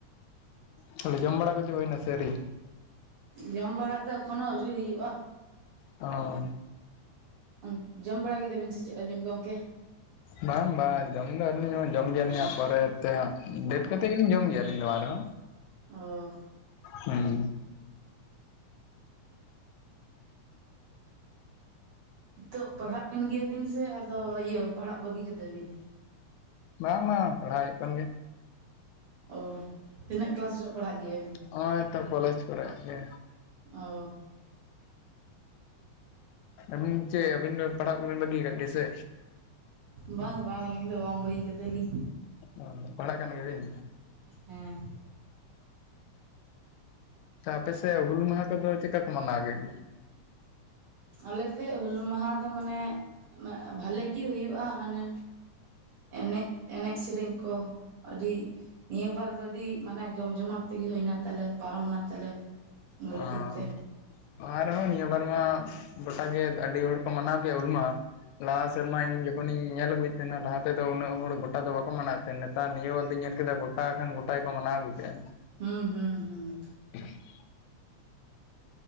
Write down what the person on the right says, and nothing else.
ᱡᱚᱢ ᱵᱟᱲᱟ ᱫᱚ ᱮᱠᱷᱚᱱᱳ ᱟᱹᱣᱨᱤ ᱦᱩᱭᱩᱜᱼᱟ
ᱚᱱ ᱡᱚᱢ ᱵᱟᱲ ᱠᱮᱫᱟ ᱵᱤᱱ ᱥᱮ ᱪᱮᱫ ᱟ. ᱵᱤᱱ ᱜᱚᱝᱠᱮ?
ᱚᱻ
ᱱᱤᱛᱚᱜ ᱯᱟᱲᱦᱟᱜ ᱠᱟᱱ ᱜᱮᱭᱟ ᱵᱤᱱ ᱥᱮ ᱟᱫᱚ ᱤᱭᱟᱹ ᱯᱟᱲᱦᱟᱜ ᱵᱟᱹᱜᱤ ᱠᱮᱫᱟ ᱵᱤᱱ?
ᱚᱻ ᱛᱤᱱᱟᱹᱜ ᱠᱞᱟᱥ ᱨᱮ ᱯᱟᱲᱦᱟᱜ ᱜᱮᱭᱟ ᱵᱤᱱ?
ᱚᱻ
ᱵᱟᱝ ᱵᱟᱝ ᱟᱹᱞᱤᱧ ᱫᱚ ᱵᱟᱝ ᱵᱟᱹᱭᱤ ᱠᱟᱫᱟᱞᱤᱧ
ᱦᱮᱸ
ᱟᱞᱮᱛᱮ ᱦᱩᱞ ᱢᱟᱦᱟ ᱫᱚ ᱢᱟᱱᱮ ᱵᱷᱟᱞᱮᱜ ᱜᱮ ᱦᱩᱭᱩᱜᱼᱟ ᱦᱚᱱᱮ ᱮᱱᱮᱡ ᱮᱱᱮᱡ ᱥᱮᱨᱮᱧ ᱠᱚ ᱟᱹᱰᱤ ᱱᱤᱭᱟᱹ ᱵᱟᱨ ᱫᱚ ᱟᱹᱰᱤ ᱢᱟᱱᱮ ᱡᱚᱢ ᱡᱚᱢᱟᱴ ᱛᱮᱜᱮ ᱦᱩᱭᱱᱟ ᱛᱟᱞᱮ ᱯᱟᱨᱚᱢ ᱮᱱᱟ ᱛᱟᱞᱮ ᱵᱷᱟᱞᱮ
ᱴᱷᱤᱠ ᱛᱮ
ᱦᱩᱸ ᱦᱩᱸ ᱦᱩᱸ